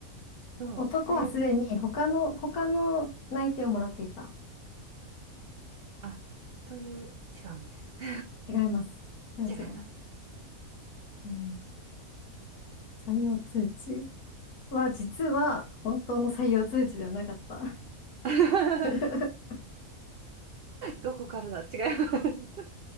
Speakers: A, on the right; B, on the left.
A: そう、
B: 男はすでに他の、
A: 採用通
B: 他の内定をもらっていた。
A: あ、という、違うんです。<laughs>
B: 違います。それは違います。
A: 違います。
B: えー採用通知は実は本当の採用通知ではなかった。
A: <laughs>
B: <laughs>
A: どこからだ違います。